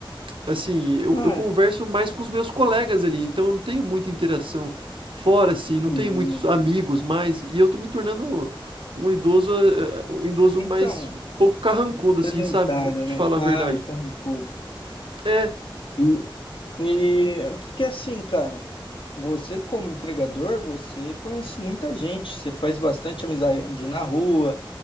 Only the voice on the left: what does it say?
Ah,
hum,
então,
sedentário,
né?
Ai,
carrancudo.
E, e porque assim, cara. Você, como entregador, você conhece muita gente, você faz bastante amizade na rua.